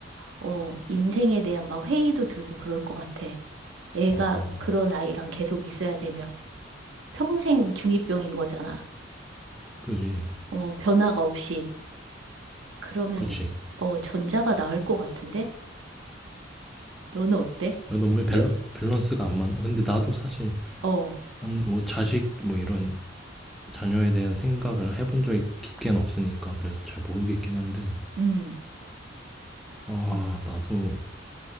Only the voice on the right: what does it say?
어, 인생에 대한 막 회의도 들고 그럴 것 같아. 애가
그런 아이랑 계속 있어야 되면 평생 중이병인 거잖아.
어, 변화가 없이. 그러면,
어, 전자가 나을 것 같은데? 너는 어때?
여,
어,
음,
음,